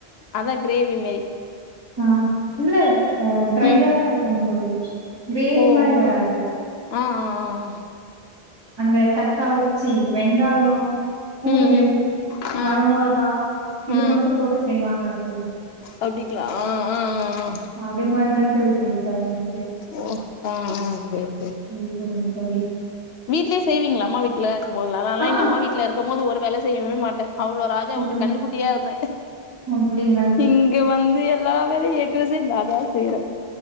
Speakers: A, on the left; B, on the right.
A: அதா கிரேவி மாரி
B: ஆஹ் இல்ல அஹ் ட்ரையா
A: ம்
B: தான் இருக்கும் <unintelligible> கிரேவி
A: ஓ
B: மாரி
A: ஓ
B: வராது
A: ஆ ஆ ஆ
B: அந்த தக்காளி சரி வெங்காயோ பூண்டு
A: ம் ம் ம்
B: வர மொளகா இது
A: ம்
B: மட்டும் போட்டு செய்வாங்கள்ள தோழி
A: அப்டிங்களா ஆ ஆ ஆ
B: அதே மாரிதாங் தோழி செய்யப் போறேன் இன்னிக்கி
A: ஓ ஆ ஆ சேரி சேரி
B: ம் <unintelligible> தோழி
A: வீட்லயே செய்வீங்களா அம்மா வீட்ல முதல்லல்லா
B: ஆ
A: எங்க அம்மா வீட்ல இருக்கும்போது ஒரு வேல செய்யவே மாட்டேன் அவ்ளோ ராஜா விட்டு
B: ம்
A: கண்ணக்குட்டியா இருந்தே
B: அப்டிங்களா
A: இங்க வந்து எல்லா வேலையும் எ <unintelligible> நாதான் செய்றேன்